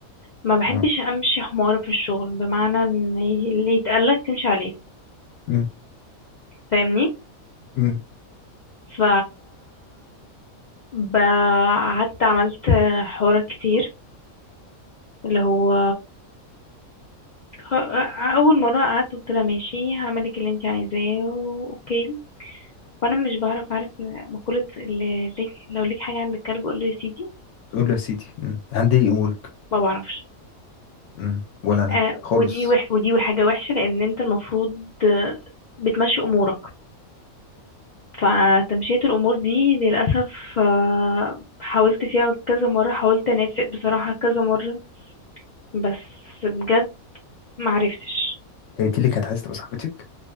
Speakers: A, on the left (about 85°); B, on the left (about 65°).
A: ما بحبش
B: اه
A: امشي حمار في الشغل بمعنى ان اللي يتقالك تمشي عليه
B: مم.
A: فاهمني
B: مم.
A: ف ب- قعدت عملت حوارات كتير اللي هو خ- اول مره قعدت قلت لها ماشي هعملك اللي انت عايزاه اوكي وانا مش بعرف عارف مقوله اللي ليك لو ليك حاجه عند الكلب قول له يا سيدي
B: قول له يا سيدي مم. عندي امورك
A: ما بعرفش
B: مم. ولا انا
A: آه
B: خالص
A: ودي وح ودي حاجه وحشه لان انت المفروض آه، بتمشي امورك فتمشية الأمور دي للأسف آه، حاولت فيها كذا مرة حاولت أنافق بصراحة كذا مرة بس بجد معرفتش
B: هي دي اللي كانت عايزه تبقى صاحبتك